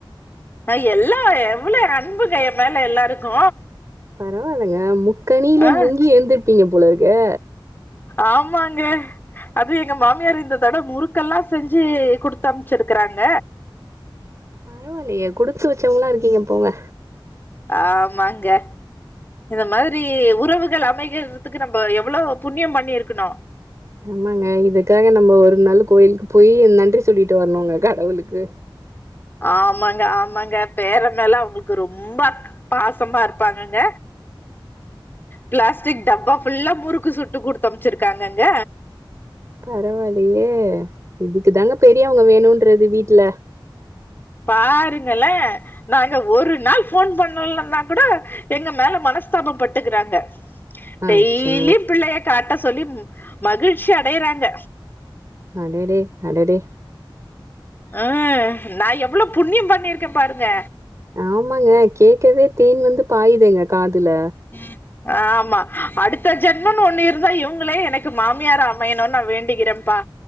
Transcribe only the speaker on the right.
பரவாயில்லங்க முக்கனில
முங்கி எழுந்துருப்பீங்க போலருக்கு
பரவாயில்லயே குடுத்து வச்சவங்கலா இருக்கீங்க போங்க
ஆமாங்க இதுக்காக நம்ம ஒரு நாள் கோயிலுக்கு போய் நன்றி சொல்லிட்டு வர்ணுங்க கடவுளுக்கு
பரவாயில்லயே இதுக்கு தாங்க பெரியவ்ங்க வேணுன்றது வீட்ல
அச்சோ
அடடே அடடே
ஆமாங்க கேக்கவே தேன் வந்து பாயுதேங்க காதுல